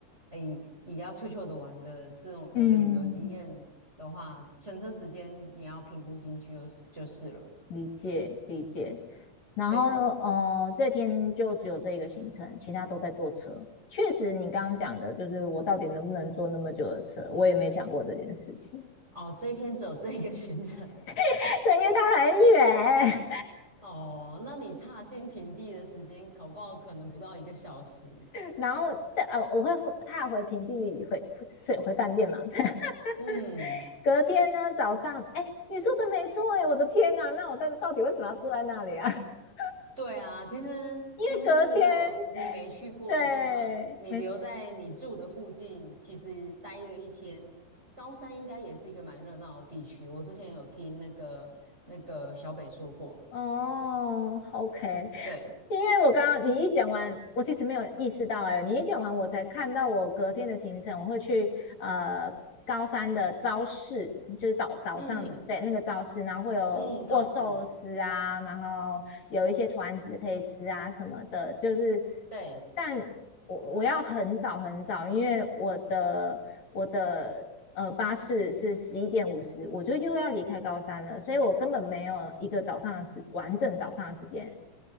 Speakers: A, on the right (about 20°); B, on the left (about 55°).
A: 哎，也要悄悄的玩的这种我的旅游经验的话，
B: 嗯，
A: 乘车时间你要评估进去就是就是了。
B: 理解理解。然后呃，
A: 对，
B: 这天就只有这个行程，其他都在坐车。确实，你刚刚讲的就是我到底能不能坐那么久的车，我也没想过这件事情。
A: 哦，这一天只有这一个行程
B: <laughs> 对，因为它很远。
A: 哦，那你踏进平地的时间，搞不好可能不到一个小时。
B: 然后但呃，我会踏回平地回睡回饭店嘛。<laughs>
A: 嗯。
B: 隔天呢早上，哎、欸你说的没错哎、欸我的天呐、啊那我到到底为什么要坐在那里啊？<laughs>
A: 对啊，其实其实如果你没去过的地方，
B: 因为隔天，对，
A: 你留在你住的附近，
B: 没错
A: 其实待个一天，高山应该也是一个蛮热闹的地区。我之前有听那个那个小北说过，
B: 哦，OK，
A: 对，
B: 因为我刚刚你一讲完，我其实没有意识到哎，欸你一讲完，我才看到我隔天的行程，我会去呃高山的朝市，就是早早上对那个朝市，
A: 嗯
B: 然后会有握寿司啊，
A: 嗯，倒是
B: 然后有一些团子可以吃啊什么的，就是
A: 对
B: 但我我要很早很早，因为我的我的呃巴士是十一点五十，我就又要离开高山了，所以我根本没有一个早上的时完整早上的时间。